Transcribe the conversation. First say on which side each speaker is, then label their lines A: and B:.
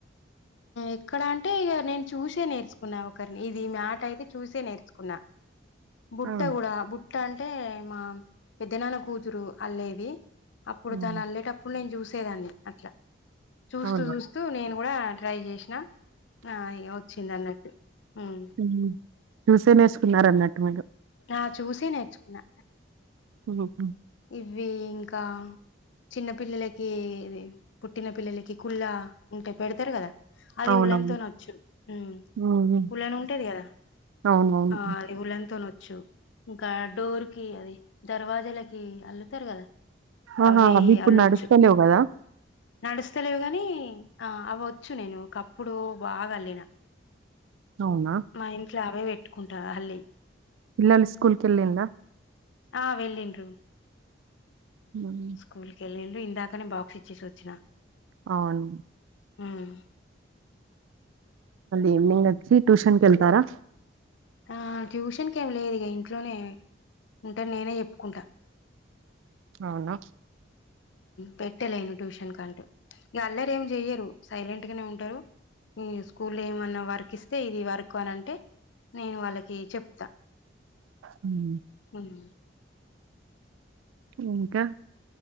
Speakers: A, on the left (about 70°); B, on the right (about 85°).
A: ఎక్కడ అంటే ఇక నేను చూసే నేర్చుకున్నా ఒకరిని ఇది మాట అయితే చూసే నేర్చుకున్నా బుట్ట
B: అవును.
A: కూడా బుట్ట అంటే మా పెద్ద నాన్న కూతురు అల్లేది అప్పుడు
B: హ్మ్.
A: తను అల్లేేటప్పుడు నేను చూస ట్టేదాని అట్లా చూస్తూ
B: అవును.
A: చూస్తూ నేను కూడా ట్రై చేసిన ఆయ వచ్చింది అన్నట్టు ఉమ్
B: హ్మ్ తుస్ తినేసుకున్నారు అన్నట్టు మీరు
A: ఆ చూసి నేర్చుకున్నా
B: హ్మ్
A: ఇవి ఇంకా చిన్న పిల్లలకి ఇది పుట్టిన పిల్లలకి కుల్ళ ఉంటే పెడతారు కదా అది
B: అవునవును.
A: ఉళ్ళని తినచ్చు హ్మ్
B: హ్మ్.
A: ఉళ్ళని ఉంటది కదా
B: అవునవును.
A: ఆ అది ఉళ్ళతోన ఇంకా డోర్ కి అది ధర ప్రజలకి అల్లుతారు కదా
B: ఆహా!
A: అవి
B: ఇప్పుడు
A: అల్లొచ్చు
B: నడుస్తలేవు గదా!
A: నడిస్తే లేవు కాని ఆ అవోచ్చు నేను ఒక ఒకప్పుడు బాగా అల్లిన
B: అవునా
A: మా ఇంట్లో అవే పెట్టుకుంటారు అల్లి
B: పిల్లలు స్కూల్ కెల్లింద
A: ఆ వెళ్ళింద్రు
B: హ్మ్.
A: స్కూల్కి వెళ్ళిల్ ఇందాకనే బాక్స్ ఇచ్చేసి వచ్చిన
B: అవును
A: మ్మ్
B: ఈవ్నింగ్ వచ్చి ట్యూషన్ కి వేళ్తారా
A: ఆ ట్యూషన్ కి ఏమి లేదు ఇక ఇంట్లోనే ఉంటే నేనే చెప్పుకుంటా
B: అవునా
A: పెట్టలేను ట్యూషన్ కంటూ ఇ అల్లరీ ఏం చెయ్యరు సైలెంట్ గానే ఉంటారు మ్మ్ స్కూలో ఏమన్నా వర్ వరికిస్తే ఇది వరకు అని అంటే నేను వాళ్ళకి చెప్తా
B: హ్మ్.
A: మ్మ్
B: ఇంకా